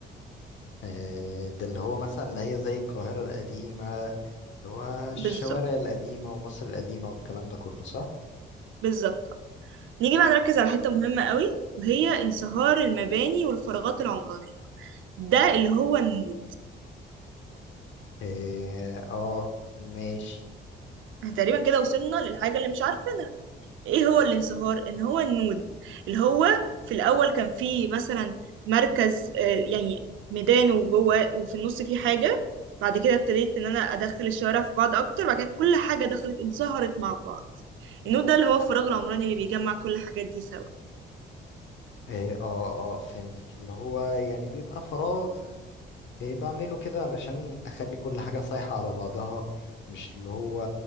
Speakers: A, on the left (about 70°); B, on the right (about 80°).
A: آه، ده اللي هو مثلا اللي هي زي القاهرة القديمة اللي هو الشوارع
B: بالظبط
A: القديمة ومصر القديمة والكلام ده كله صح
B: بالظبط اه نيجي بقى نركز على حتة مهمة قوي وهي انصهار المباني والفراغات العمرانية ده اللي هو النود
A: اه آه، ماشي
B: تقريبا كده وصلنا للحاجة اللي مش عارفينها ايه هو الانصهار ان هو النود اللي هو في الاول كان فيه مثلا مركز آه، يعني ميدان وجوه وفي النص فيه حاجة بعد كده ابتديت ان انا ادخل الشوارع في بعض اكتر بعد كده كل حاجة دخلت انصهرت مع بعض النود ده اللي هو الفراغ العمراني اللي بيجمع كل الحاجات دي سوا
A: اه اه آه، فهمتك اللي هو يعني بيبقى فراغ إيه بعمله كده علشان اخلي كل حاجة صايحة على بعضها مش اللي هو